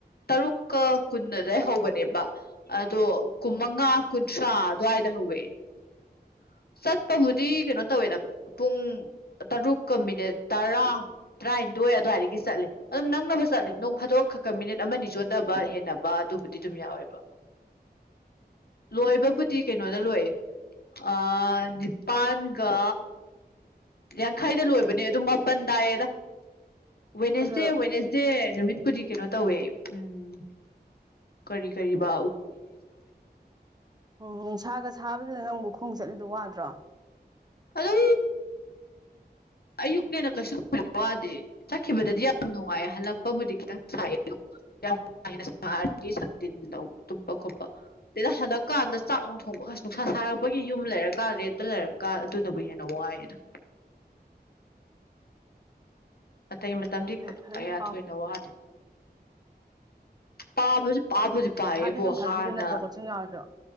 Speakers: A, on the left (about 65°); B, on the right (about 25°).
A: ꯇꯔꯨꯛꯀ ꯀꯨꯟ ꯑꯗꯨꯋꯥꯏ ꯍꯧꯕꯅꯦꯕ ꯑꯗꯣ ꯀꯨꯟꯃꯉꯥ ꯀꯨꯟꯊ꯭ꯔꯥ ꯑꯗꯨꯋꯥꯏꯗ ꯍꯋꯦ <unintelligible> ꯆꯠꯄꯕꯨꯗꯤ ꯀꯩꯅꯣ ꯇꯧꯋꯦꯗ ꯄꯨꯡ ꯇꯔꯨꯛꯀ ꯃꯤꯅꯤꯠ ꯇꯔꯥ ꯇꯔꯥ ꯍꯟꯗꯣꯏ ꯑꯗꯨꯋꯥꯏꯒꯤ ꯆꯠꯂꯦ ꯑꯗꯨꯝ ꯅꯪꯅꯕ ꯆꯠꯂꯦ ꯅꯣꯡ ꯐꯥꯗꯣꯛ ꯈꯀ ꯃꯤꯅꯤꯠ ꯑꯃꯅꯤ ꯆꯣꯟꯊꯕ ꯍꯦꯟꯅꯕ ꯑꯗꯨꯕꯨꯗꯤ ꯑꯗꯨꯝ ꯌꯥꯎꯋꯦꯕ
B: <unintelligible>
A: ꯂꯣꯏꯕꯕꯨꯗꯤ ꯀꯩꯅꯣꯗ ꯂꯣꯏ ꯑ ꯅꯤꯄꯥꯟꯒ ꯌꯥꯡꯈꯩꯗ ꯂꯣꯏꯕꯅꯦ ꯑꯗꯨꯝ ꯃꯥꯄꯜ ꯇꯥꯏꯌꯦꯗ ꯋꯦꯅꯦꯁꯗꯦ
B: ꯑꯗꯣ
A: ꯋꯦꯅꯦꯁꯗꯦ ꯅꯨꯃꯤ ꯑꯩꯗꯤ ꯀꯩꯅꯣ ꯇꯧꯋꯦ ꯎꯝ ꯀꯔꯤ ꯀꯔꯤꯕꯥ
B: ꯎꯝ ꯅꯨꯡꯁꯥꯒ ꯁꯥꯕꯗꯨꯗ ꯅꯪꯕꯨ ꯈꯣꯡ ꯆꯠꯂꯤꯗꯣ ꯋꯥꯗ꯭ꯔꯣ
A: ꯑꯗꯣ ꯑꯌꯨꯛꯅꯦ ꯅ ꯀꯁꯨ ꯋꯥꯗꯤ ꯁꯛꯈꯤꯕꯗꯗꯤ ꯌꯥꯝ ꯅꯨꯡꯉꯥꯏ ꯍꯜꯂꯛꯄꯕꯨꯗꯤ ꯈꯤꯇꯪ ꯁꯥꯏꯑꯦ ꯑꯣ ꯌꯥꯝ ꯤꯟ ꯂꯧ ꯇꯨꯞꯄ ꯈꯣꯠꯄ ꯁꯤꯗ ꯍꯜꯂꯛꯀꯥꯟꯗ ꯆꯥꯛ ꯅꯨꯡ ꯊꯣꯡꯕ ꯅꯨꯡꯁꯥ ꯁꯥꯔꯛꯄꯒꯤ ꯌꯨꯝ ꯑꯗꯨ ꯂꯩꯔꯀꯥꯟꯗꯦꯠꯇ ꯂꯩꯔꯀꯥꯟ ꯑꯗꯨꯅꯕꯨ ꯍꯦꯟꯅ ꯋꯥꯏꯑꯦꯗ
B: <inaudible>
A: ꯑꯇꯩ ꯃꯇꯝꯗꯤ
B: ꯐꯔꯦ ꯐꯔꯦ ꯐꯖꯅ
A: ꯀꯌꯥ
B: ꯄꯥꯎ
A: ꯊꯣꯏꯅ ꯋꯥꯗꯦ ꯄꯥꯕꯁꯨ ꯄꯥꯕꯗꯤ ꯄꯥꯏꯕꯨ
B: ꯄꯩꯈꯥꯗꯤ ꯑꯗꯨꯝ ꯊꯥꯖꯤꯟꯗꯣꯏ
A: ꯍꯥꯟꯅ
B: ꯅꯠꯇ꯭ꯔꯣ ꯀꯣꯆꯤꯡ ꯌꯥꯎꯔꯁꯨ